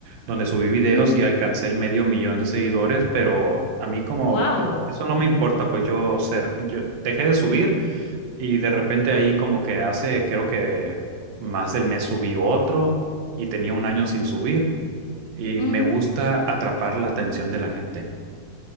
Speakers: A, on the right (about 90°); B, on the left (about 55°).
A: donde subí videos
B: Mm,
A: y alcancé el medio millón de seguidores, pero a mí como
B: wow.
A: eh, eso no me importa, pues yo ser, yo dejé de subir y de repente ahí como que hace, creo que más del mes subí otro y tenía un año sin subir y
B: Mm,
A: me gusta atrapar la atención de la gente.